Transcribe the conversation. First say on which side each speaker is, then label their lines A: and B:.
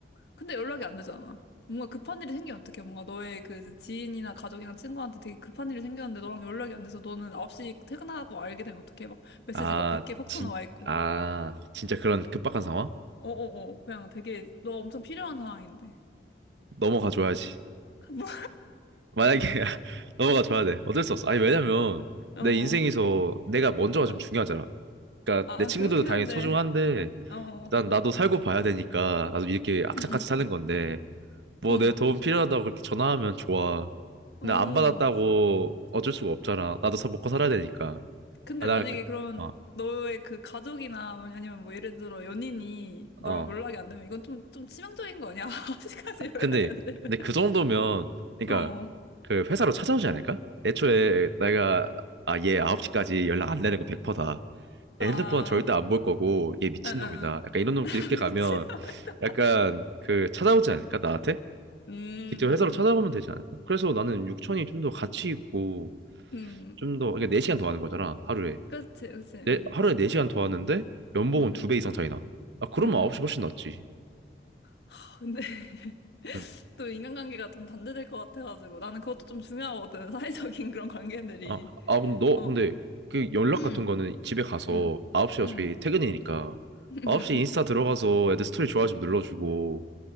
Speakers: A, on the left; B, on the right.
A: 근데 연락이 안 되잖아. 뭔가 급한 일이 생기면 어떡해. 뭔가 너의 그 지인이나 가족이나 친구한테 되게 급한 일이 생겼는데 너랑 연락이 안 돼서 너는 9시 퇴근하고 알게 되면 어떡해. 막 메시지
B: 아,
A: 막 100개 폭탄
B: 진,
A: 와 있고.
B: 아, 진짜 그런 급박한 상황?
A: 어어어. 그냥 되게 너 엄청 필요한 상황인데.
B: 넘어가 줘야지.
A: <laughs> 뭐,
B: 만약에 <laughs> 넘어가 줘야 돼. 어쩔 수 없어. 아니, 왜냐면 내
A: 어.
B: 인생에서 내가 먼저가
A: 어.
B: 좀 중요하잖아. 그러니까
A: 아,
B: 내 친구들도
A: 그렇긴
B: 당연히
A: 한데.
B: 소중한데
A: 어.
B: 일단 나도 살고 봐야 되니까 나도 이렇게 악착같이
A: 응,
B: 사는 건데 뭐
A: 응.
B: 내 도움 필요하다고 그렇게 전화하면 좋아.
A: 어.
B: 근데
A: 어.
B: 안 받았다고 어쩔 수가 없잖아. 나도 사 먹고 살아야 되니까.
A: 근데
B: 아, 나
A: 만약에
B: 그,
A: 그러면
B: 어,
A: 너의 그 가족이나 뭐 아니면 뭐 예를 들어 연인이 너랑
B: 어.
A: 연락이 안 되면 이건 좀, 좀 치명적인 거 아니야? <laughs> 9시까지 연락이
B: 근데
A: 안 되면.
B: 근데 그 정도면 그러니까
A: 어.
B: 그 회사로 찾아오지 않을까? 애초에 내가 아, 얘 9시까지 연락 안 되는 거 100%다.
A: 아,
B: 얘 핸드폰 절대 안 볼 거고 얘 미친놈이다.
A: 응, 응, 응.
B: 약간 이런 놈
A: 다
B: 이렇게
A: 미친놈이다.
B: 가면 약간 그 찾아오지 않을까? 나한테?
A: 음,
B: 직접 회사로 찾아오면 되지 않을까? 그래서 나는 6천이 좀 더 가치 있고
A: 음,
B: 좀 더, 그러니까 4시간 더 하는 거잖아, 하루에.
A: 그렇지, 그렇지, 음,
B: 네, 하루에 4시간 더 하는데 연봉은
A: 음,
B: 2배 이상 차이 나. 아, 그러면
A: 음, 음. 음.
B: 9시 훨씬 낫지.
A: 하, 근데 <laughs>
B: 응.
A: 또 인간관계가 좀 단절될 것 같아가지고 나는 그것도 좀 중요하거든. <laughs> 사회적인 그런 관계들이.
B: 아, 아, 근데 너,
A: 어,
B: 근데 그 연락
A: 음,
B: 같은 거는 집에 가서
A: 음,
B: 9시 어차피
A: 음,
B: 퇴근이니까
A: <laughs>
B: 9시 인스타 들어가서 애들 스토리 좋아요 좀 눌러주고